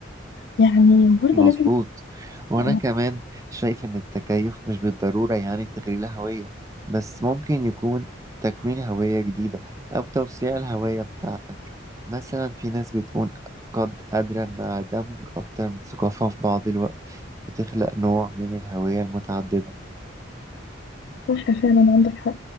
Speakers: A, on the left (about 55°); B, on the right (about 15°).
A: يعني وبرضه
B: مظبوط
A: لازم تبقى
B: وانا كمان شايف ان التكيف مش بالضرورة يعني تغيير الهوية بس ممكن يكون تكوين هوية جديدة او توسيع الهوية بتاعتك مثلا في ناس بتكون قد قادرة انها دمج اكتر من ثقافة في بعض الوقت وتخلق نوع من الهوية المتعددة
A: صح فعلا عندك حق